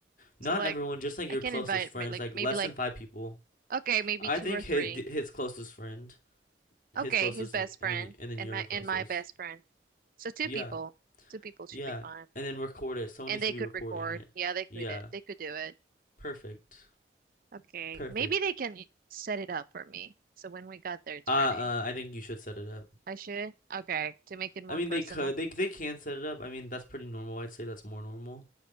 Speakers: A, on the left (about 45°); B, on the right (about 50°).
A: Not
B: So like
A: everyone, just like your
B: I can
A: closest
B: invite
A: friends,
B: my like
A: like
B: maybe
A: less
B: like
A: than five people.
B: okay, maybe
A: I
B: two
A: think
B: or
A: his
B: three.
A: his closest friend,
B: Okay,
A: his closest,
B: his best
A: like, and
B: friend
A: then and then
B: and
A: your
B: my
A: closest.
B: and my best friend. So two
A: Yeah,
B: people. Two people should
A: yeah,
B: be fine.
A: and then record it. Someone
B: And
A: needs
B: they
A: to be
B: could
A: recording
B: record.
A: it.
B: Yeah, they could
A: Yeah,
B: it. They could do it.
A: perfect,
B: Okay,
A: perfect.
B: maybe they can set it up for me. So when we got there, it's
A: Uh, uh,
B: ready.
A: I think you should set it up.
B: I should? Okay, to make it more
A: I mean,
B: personal.
A: they could, they they can set it up. I mean, that's pretty normal. I'd say that's more normal.